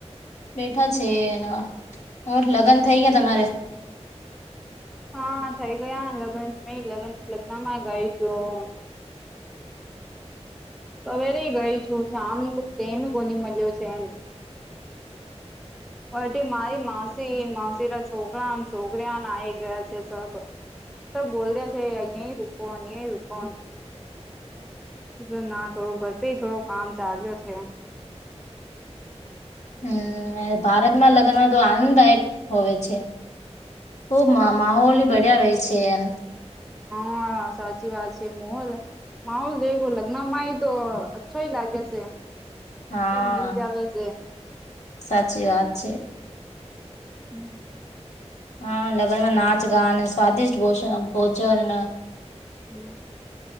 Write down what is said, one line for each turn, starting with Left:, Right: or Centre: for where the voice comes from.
Left: બેઠા છે. એ હઠ લગ્ન થઇ ગયા તમારે?
Centre: હા થઈ ગયાને લગ્ન મે લગન લગ્ન માં ગાઈશું. સવારે ગઈ છું શમ તેમ ગોની મળ્યો છે એમ મારી માસી માસી ના છોકરા છોકરીને આવી ગયા છે સબ. તો બોલ દે છે અહીં રૂકોન એઈ રૂકોન. જો ના થોડું ઘર પે થોડો કામ ચાલ્યો છે.
Left: હમ ભારતમાં લગ્ન તો આનંદદાયક હોવે છે. હબ મામા હોલી બઢ્યા હોય છે એમ
Centre: હા સાચી વાત છે માહોલ માહોલ દેખો લ મામાય તો અચ્છોય લાગે છે.
Left: હા
Centre: સબ મિલ જાવે છે.
Left: સાચી વાત છે.
Centre: હમ,
Left: હા લગનમાં નાચ ગાન, સ્વાદિષ્ટ ભોજન ભોજન,
Centre: હમ